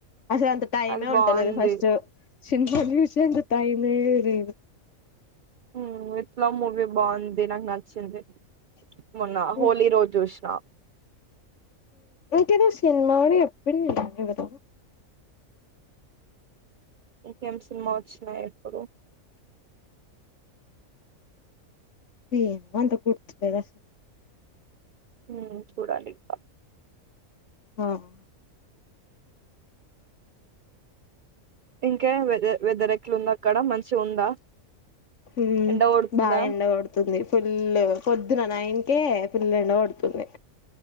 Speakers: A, on the left; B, on the right.
A: అసలు అంత టైమే
B: అది బాగుంది
A: ఉంటలేదు ఫస్ట్ సినిమా చూశేంత ట్తేమ్ లేదు
B: ఉమ్ విత్ లవ్ మూవీ బాగుంది నాకు నచ్చింది
A: <unintelligible>
B: మొన్న హోలీ రోజు చూసిన
A: తెనాలి ఎప్పడికి పొతం మెము అయితే
B: ఇంకేం సినిమా ఒచ్చినాయి ఇప్పుడు
A: <unintelligible>
B: ఉమ్ చూడాలి ఇక
A: అవును
B: ఇంకెం వెద వెదర్ ఎట్లా ఉంద్ అక్కడ మంచిగా ఉందా
A: ఉమ్
B: ఎండ కొడుతుందా
A: బాగా ఎండ కోడతుంది ఫుల్ పొద్దున న్తే ఏం ఫుల్ ఎండ కొడుతుంది